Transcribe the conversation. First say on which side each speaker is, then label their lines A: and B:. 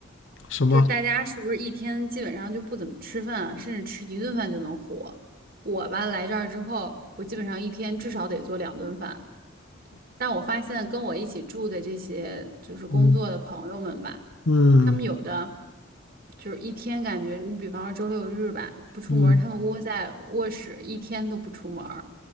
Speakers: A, on the left; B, on the right.
A: 什么？
B: 就是大家是不是一天基本上就不怎么吃饭啊甚至吃一顿饭就能活？我吧，来这儿之后，我基本上一天至少得做两顿饭。但我发现跟我一起住的这些就是工作的朋友们吧，
A: 嗯嗯
B: 他们有的就是一天感觉，你比方说周六日吧，不出门儿他们窝在卧室一天都不出门儿
A: 嗯，